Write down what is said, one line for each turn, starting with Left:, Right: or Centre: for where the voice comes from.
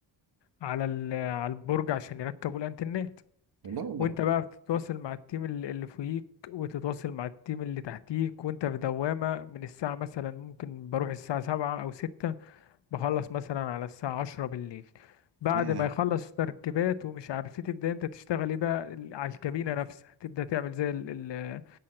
Left: على ال على البرج عشان يركبوا الانترنت
Right: لا والله
Left: وانت بقى بتتواصل مع التيم ال- اللي فوقيك وتتواصل مع التيم اللي تحتيك وانت في دوامة من الساعة مثلا ممكن بروح الساعة سبعة او ستة بخلص مثلا على الساعة عشرة بالليل بعد
Right: ياه
Left: ما يخلص تركيبات ومش عارف ايه تبدأ انت تشتغل ايه بقى ال- على الكابينة نفسها تبدأ تعمل زي ال- ال-